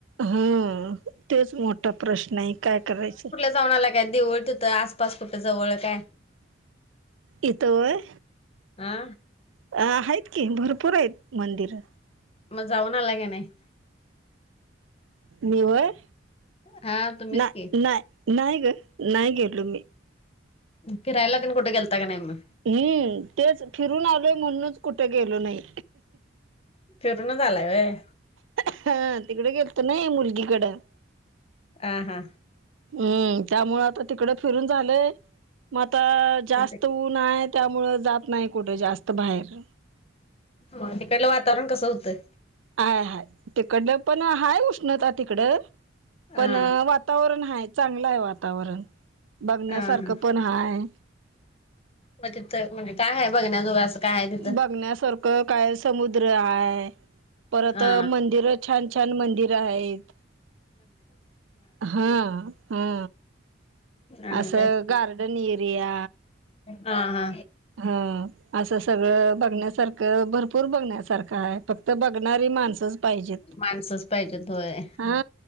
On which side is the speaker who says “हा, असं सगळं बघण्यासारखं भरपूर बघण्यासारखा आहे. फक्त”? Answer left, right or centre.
Right